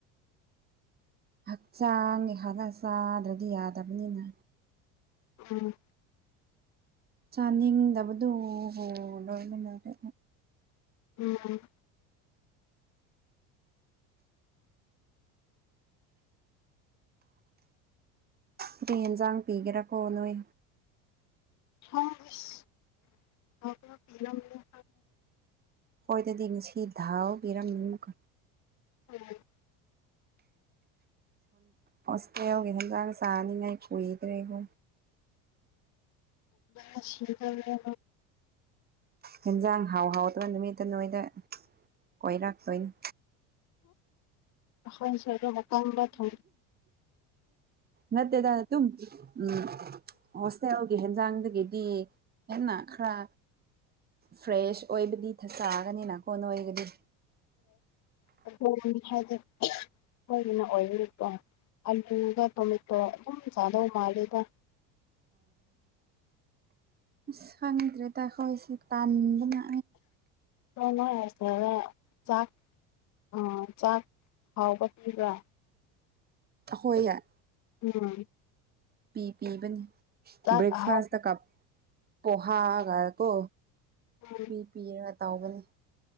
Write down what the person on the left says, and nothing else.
ꯎꯝ
ꯎꯝ
<inaudible>
ꯎꯝ
ꯑ ꯁꯤꯒꯗꯅ
ꯑ ꯑꯩ ꯁꯣ ꯍꯀꯝꯕ ꯊ
ꯍ ꯈꯗꯦ ꯍꯣꯏꯗꯅ ꯑꯣꯏꯀꯣ ꯑꯜꯂꯨꯒ ꯇꯣꯃꯦꯇꯣ ꯑꯗꯨꯝ ꯥꯗ ꯃꯥꯜꯂꯦꯗ
ꯁꯅꯥꯁꯤꯗ ꯆꯥꯛ ꯑ ꯆꯥꯛ ꯍꯥꯎꯕ ꯄꯤꯕ꯭ꯔꯥ
ꯎꯝ
ꯆꯥꯛ
ꯑꯍꯥꯎ
<unintelligible>